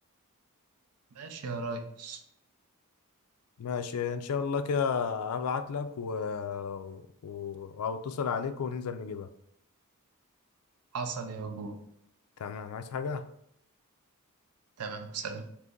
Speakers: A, on the right; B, on the left.
A: ماشي يا ريس
B: ماشي ان شاء الله كده هبعت لك و... و... او اتصل عليك وننزل نجيبها
A: حصل يا بابو
B: تمام عايز حاجة
A: تمام سلام